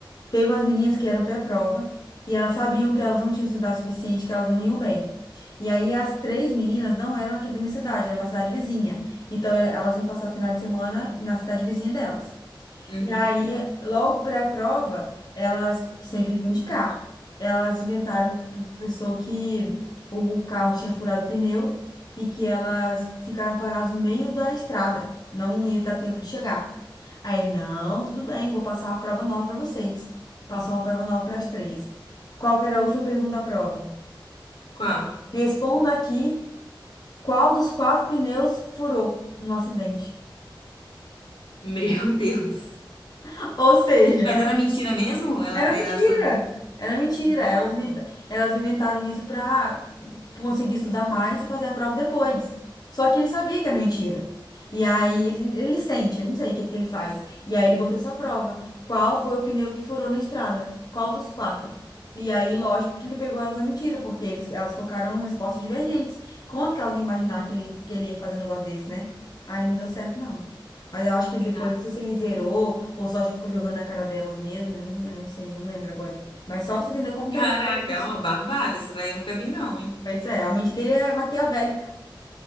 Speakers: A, on the left (about 50°); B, on the left (about 85°).
A: Teve umas meninas que eram pré-prova, e elas sabiam que elas não tinham estudado o suficiente, que elas não iam bem. E aí as três meninas não eram aqui da minha cidade, era uma cidade vizinha. Então elas iam passar o final de semana na cidade vizinha delas.
B: Uhum.
A: E aí, logo para a prova, elas sempre vinham de carro. Elas inventaram pro professor que o carro tinha furado o pneu e que elas ficaram paradas no meio da estrada. Não ia dar tempo de chegar. Aí, não, tudo bem, vou passar uma prova nova para vocês. Passou uma prova nova para as três. Qual que era a última pergunta da prova?
B: Qual?
A: Responda aqui qual dos quatro pneus furou no acidente.
B: Meu <laughs> Deus.
A: <laughs> Ou seja,
B: Mas era mentira mesmo? Ela,
A: Era
B: ela
A: mentira.
B: só...
A: Era mentira.
B: No...
A: Elas inventa- elas inventaram isso para conseguir estudar mais e fazer a prova depois. Só que ele sabia que era mentira. E aí ele, ele sente, ele não sei o que que ele faz. E aí ele botou essa prova. Qual foi o pneu que furou na estrada? Qual dos quatro? E aí, lógico que ele pegou elas na mentira, porque eles, elas colocaram respostas divergentes. Quando que elas iam imaginar que ele, que ele ia fazer um negócio desse, né? Aí não deu certo, não. Mas eu acho que depois,
B: cara-
A: não sei se ele zerou ou só ficou jogando na cara delas mesmo, eu não, eu não sei, não lembro agora. Mas só pra você entender como que
B: Caraca,
A: a mente dele funciona.
B: é uma babada. Essa daí eu nunca vi, não, hein?
A: Pois é, a mente dele é maquiavélica,